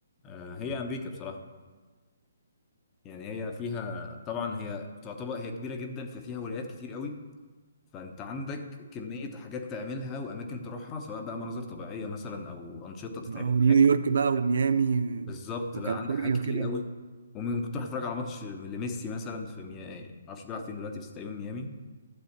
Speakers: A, on the left; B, on the right.
A: آه، هي امريكا بصراحة يعني هي فيها طبعا هي تعتبر هي كبيرة جدا ففيها ولايات كتير قوي فانت عندك كمية حاجات تعملها واماكن تروحها سواء بقى مناظر طبيعية مثلا او انشطة تتعمل
B: آه، نيويورك
A: هناك
B: بقى وميامي
A: بالظبط
B: وكاليفورنيا
A: بقى عندك حاجات كتير
B: وكده
A: قوي وممكن تروح تتفرج على ماتش لميسي مثلا في ميامي يعني معرفش بيلعب فين دلوقتي بس تقريبا ميامي